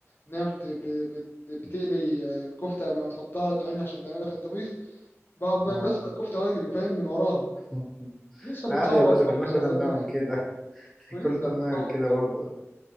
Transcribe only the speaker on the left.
ان هي بت... بت... بت- بتقلي الكفته قبل ما تحطها تعينها عشان تعملها في الطبيخ ب... ب-
بسرق كفته واجري فاهم من وراها
لسه بتصوت
برضه
زي زمان
ولسه
بتصوت
برضه